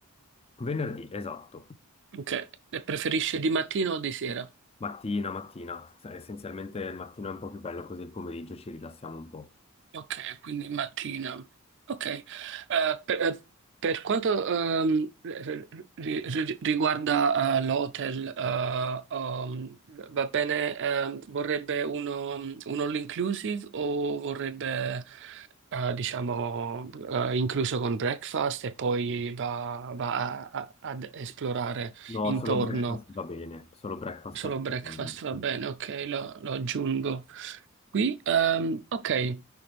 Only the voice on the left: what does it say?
Venerdì, esatto.
Mattina, mattina. Cioè, Essenzialmente il mattino è un po' più bello, così il pomeriggio ci rilassiamo un po'.
No,
solo breakfast va bene, solo breakfast
assolutamente.
sì,
sì.